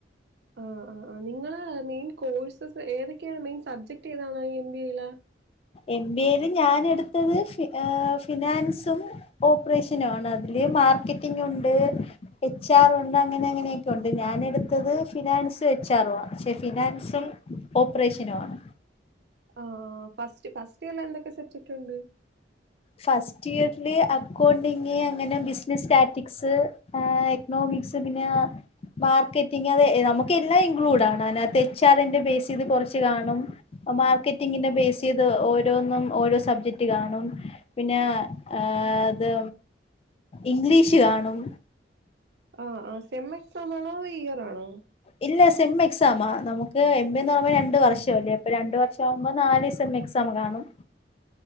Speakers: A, on the right; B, on the left.
A: ആഹ് ആഹ് ആ നിങ്ങള് മെയിൻ കോഴ്സസ് ഏതൊക്കെയാണ് മെയിൻ സബ്ജക്ട് ഏതാണ് ഈ എം ബി എയില്?
B: എം ബി എയിയില് ഞാൻ എടുത്തത് ഫ ഫിനാൻസും ഓപ്പറേഷനുവാണ് അതില് മാർക്കറ്റിംഗൂണ്ട് എച്ച് ആർ ഉണ്ട് അങ്ങനെ അങ്ങനെയൊക്കെ ഉണ്ട് ഞാന് എടുത്തത് ഫിനാൻസും എച്ച് ആറും പക്ഷെ ഫിനാൻസിൽ ഓപ്പറേഷനു ആണ്.
A: ആഹ് ഫസ്റ്റ് ഫസ്റ്റ് ഇയർല എന്തൊക്കെ സബ്ജക്ട് ഉണ്ട്?
B: ഫസ്റ്റ് ഇയറില് അക്കൗണ്ടിങ് അങ്ങനെ ബിസിനസ് സ്റ്റാറ്റിക്സ് ആ എക്നോമിക്സ് പിന്നാ മാർക്കറ്റിംഗ് അത് നമുക്ക് എല്ലാം ഇൻക്ലൂഡ് ആണ് അയ്നകത്ത് എച്ച് ആറിന്റെ ബേസെയ്ത് കാെറച്ച് കാണും മാർക്കറ്റിങ്ങിന്റെ ബേസ്യ്ത് ഓരോന്നും ഓരോ സബ്ജക്ട് കാണും പിന്നെ ഏ ത് ഇംഗ്ലീഷ് കാണും
A: ആഹ് ആഹ് സെമ്മെക്സാമാണോ തോ ഇയറാണോ
B: ഇല്ല സെമ്മ്എക്സാമാ നമുക്ക് എം ബിന്നാവുമ്പോ രണ്ട് വർഷം അല്ലേ അപ്പൊ രണ്ട് വർഷം വുമ്പോ നാല് സെമ്മഎക്സാം കാണും